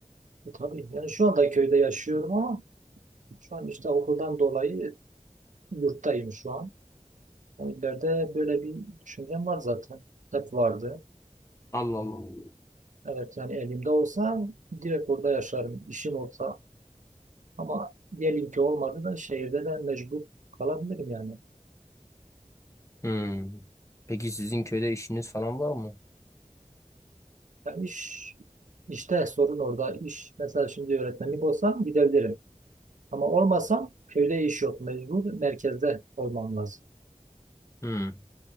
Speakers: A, on the right; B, on the left.
A: E, tabii yani şu anda köyde yaşıyorum ama şu an işte okuldan dolayı yurttayım şu an. Yani ileride böyle bir düşüncem var zaten. Hep vardı.
B: Allah Allah.
A: Evet yani elimde olsa direkt orada yaşarım, işim olsa. Ama diyelim ki olmadı da şehirde de mecbur kalabilirim yani.
B: Hmm. Peki sizin köyde işiniz falan var mı?
A: Yani iş, işte sorun orada. İş mesela şimdi öğretmenlik olsam gidebilirim. Ama olmasam köyde iş yok. Mecbur merkezde olmam lazım.
B: Hmm.